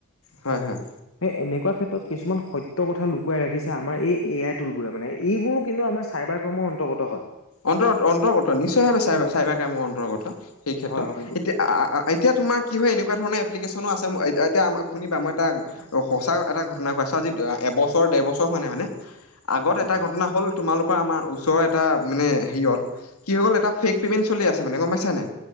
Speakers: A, on the left; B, on the left.
A: হয় হয়।
B: সেই এনেকুৱা ক্ষেত্ৰত কিছুমান সত্য কথা লুকুৱাই ৰাখিছে আমাৰ এই এ আই টোলবোৰে মানে এইবোৰো কিন্তু আমাৰ চাইবাৰ কৰ্ম অন্তৰ্গত হয়।
A: অন্তৰ্ত অন্তৰ্গত নিশ্চয় ভাৱে চাইভাৰ
B: হয়
A: চাইবভাৰ কামৰ অন্তৰ্গত সেই ক্ষেত্ৰত
B: হয় হয় গু-
A: এতিয়া, এতিয়া। তোমাৰ কি হয় এনেকুবা ধৰণৰ এপ্লিকেচন আছে এয়া এতিয়া শুনিবা মই এটা সঁচা এটা ঘটনা কৈ আছো আজি এবছৰ ডেৰ বছৰ হোৱা নাই মানে। আগত
B: উম
A: এটা ঘটনা হ'ল তোমালোকৰ আমাৰ ওচৰৰ এটা মানে হেৰিয়ত কি হ'ল এটা ফেক পেমেন্ট চলি আছে মানে গম পাইছা নে?